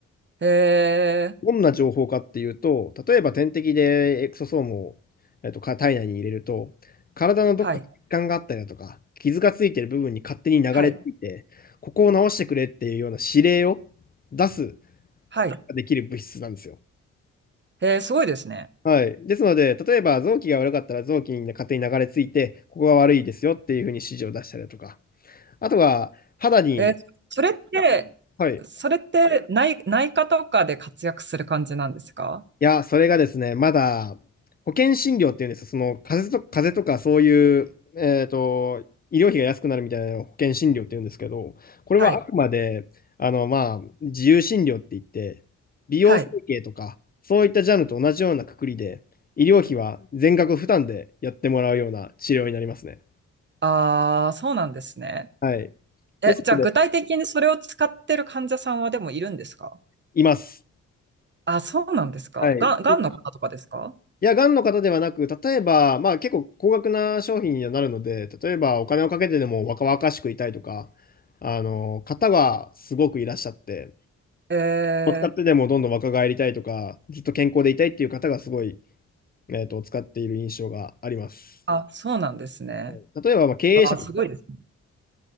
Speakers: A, on the right; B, on the left.
A: ええ
B: どんな情報かっていうと、例えば点滴でエクソソームを、えっと、か体内に入れると、体のどっかに血管があったりだとか、
A: はい。
B: 傷がついてる部分に勝手に流れていて、
A: はい。
B: ここを直してくれっていうような指令を出す
A: はい。
B: ができる物質なんですよ。
A: えー、すごいですね。
B: はい。ですので、例えば臓器が悪かったら臓器に勝手に流れ着いて、ここが悪いですよっていうふうに指示を出したりだとか、あとは肌に、
A: えーそれって、
B: はい
A: それって内、内科とかで活躍する感じなんですか
B: いや、それがですね、まだ保険診療っていうんですよ、その風邪と、風邪とかそういう、えーと、医療費が安くなるみたいなのを保険診療っていうんですけど、これはあくまであの、
A: はい。
B: まあ、自由診療って言って、美容整形とか、
A: はい。
B: そういったジャンルと同じようなくくりで、医療費は全額負担でやってもらうような治療になりますね。
A: ああ、そうなんですね。
B: はい。
A: え、
B: ですので、
A: じゃあ具体的にそれを使ってる患者さんはでもいるんですか
B: います。
A: あ、そうなんですか。
B: はい。
A: がん、がんの方とかですか
B: いや、がんの方ではなく、例えば、まあ結構高額な商品にはなるので、例えばお金をかけてでも若々しくいたいとか、あの、方がすごくいらっしゃって、
A: えー、
B: 使ってでもどんどん若返りたいとか、ずっと健康でいたいっていう方がすごい、えっと、使っている印象があります。
A: あ、そうなんですね。
B: はい例えば、まあ経営者の方、
A: わあ、すごいですね。